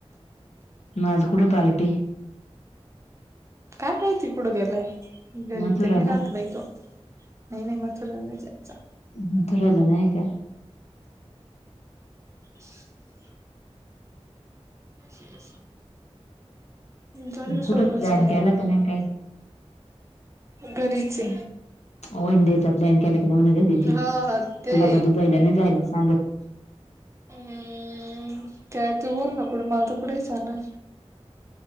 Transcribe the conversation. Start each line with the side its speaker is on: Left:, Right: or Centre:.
Left: मग आज कुड पार्टी.
Right: काय माहिती कुड गेलाय घरी
Left: मथुराला
Right: तर नाही राहात बाइ तो. नाही नाही मथुरा ला नाही जायचा.
Left: मथुराला नाय का.
Right: <inaudible> ह झाली का
Left: कुठं
Right: स्वयपाका
Left: प्लॅन
Right: ची तयरी
Left: केला का नाही काही
Right: घरीचे
Left: वन डेचा प्लॅन केला की नाही म्हण घरीचे
Right: हा हा ते
Left: तुला का दुबईला नाही जायला सांगत.
Right: हम्म काय तू बोल ना कुठं मला तर कुठेही चालेल.